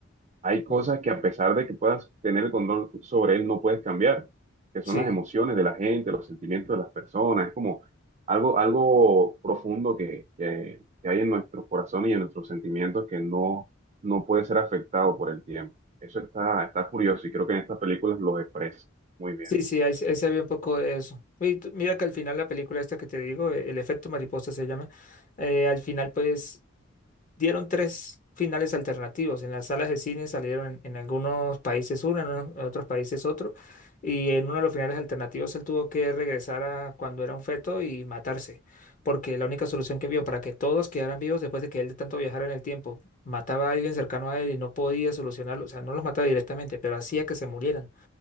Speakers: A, on the right (about 35°); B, on the left (about 40°).
A: Hay cosas
B: Sí,
A: que a pesar de que puedas tener el control sobre él, no puedes cambiar, que son
B: sí,
A: las emociones de la gente, los sentimientos de las personas. Es como algo, algo profundo que, que- que hay en nuestros corazones y en nuestros sentimientos que no, no puede ser afectado por el tiempo. Eso está, está curioso y creo que en estas películas lo expresa muy bien.
B: sí, sí, ahí, se ahí se ve un poco de eso. Y tú- mira que al final la película esta que te digo, eh, El efecto mariposa se llama, eh, al final pues dieron tres finales alternativos. En las salas de cine salieron en, en algunos países uno, en, uno- en otros países otro, y en uno de los finales alternativos él tuvo que regresar a cuando era un feto y matarse, porque la única solución que vio para que todos quedaran vivos después de que él de tanto viajara en el tiempo mataba a alguien cercano a él y no podía solucionarlo, o sea, no los mataba directamente, pero hacía que se murieran.